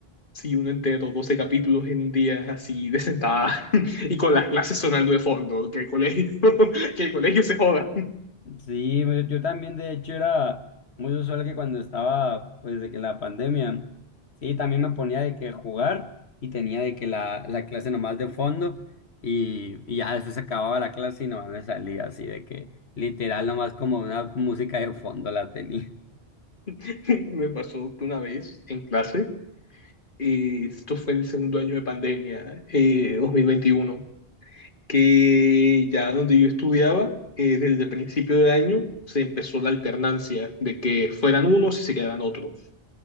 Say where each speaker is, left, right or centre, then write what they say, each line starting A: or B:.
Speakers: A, on the left; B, on the left.
A: Sí, uno entero, 12 capítulos en un día, así de sentada, <laughs> y con las clases sonando de fondo, que el colegio, <laughs> que el colegio se joda.
B: Sí, me- yo también de hecho era muy usual que cuando estaba pues de que la pandemia, sí, también me ponía de que jugar y tenía de que la, la clase nomás de fondo y, y ya después se acababa la clase y nomás me salía así de que literal nomás como una música de fondo la tenía.
A: <laughs> Me pasó que una vez en clase, eh, esto fue el segundo año de pandemia, eh, dos mil veintiuno que ya donde yo estudiaba, eh, desde el principio de año se empezó la alternancia de que fueran unos y se quedaran otros.